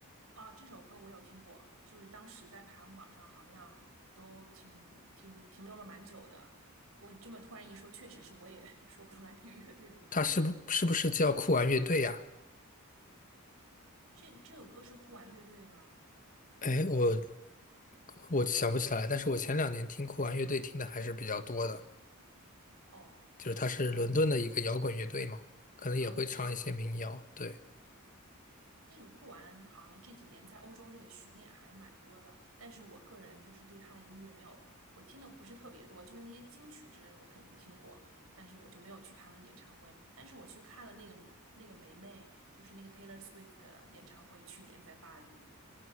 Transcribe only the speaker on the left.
他是不是不是叫酷玩乐队呀、
哎，我
我想不起来，但是我前两年听酷玩乐队听的还是比较多的，
就是他是伦敦的一个摇滚乐队嘛，可能也会唱一些民谣。
对，